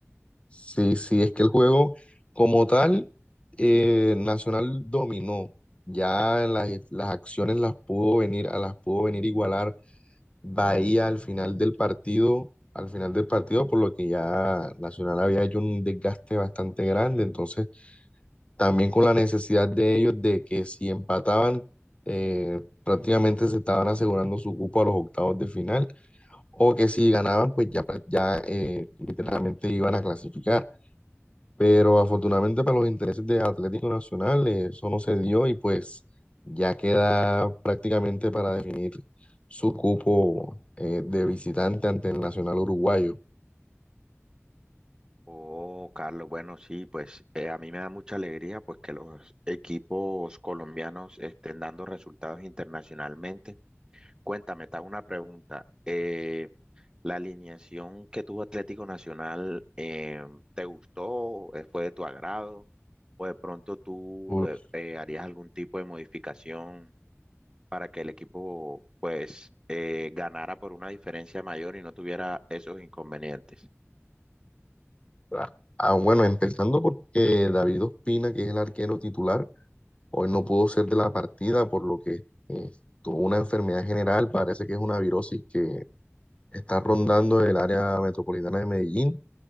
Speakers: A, on the left; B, on the right.
A: Sí, sí, es que el juego como tal, eh, Nacional dominó. Ya las, las acciones las pudo venir, a las pudo venir igualar Bahía al final del partido, al final del partido, por lo que ya Nacional había hecho un desgaste bastante grande. Entonces, también con la necesidad de ellos de que si empataban, eh, prácticamente se estaban asegurando su cupo a los octavos de final. o que si ganaban, pues ya, pra- ya eh, literalmente iban a clasificar. Pero afortunadamente para los intereses de Atlético Nacional eh, eso no se dio y pues ya queda prácticamente para definir su cupo eh, de visitante ante el Nacional Uruguayo.
B: Oh, Carlos, bueno, sí, pues eh, a mí me da mucha alegría pues que los equipos colombianos estén dando resultados internacionalmente. Cuéntame, te hago una pregunta. eh, La alineación que tuvo Atlético Nacional, eh, ¿te gustó? Eh, ¿Fue de tu agrado? ¿O de pronto tú
A: Uf,
B: eh, eh, harías algún tipo de modificación para que el equipo pues eh, ganara por una diferencia mayor y no tuviera esos inconvenientes?
A: ah, ah, bueno, empezando porque David Ospina, que es el arquero titular, hoy no pudo ser de la partida por lo que eh, tuvo una enfermedad general, parece que es una virosis que está rondando el área metropolitana de Medellín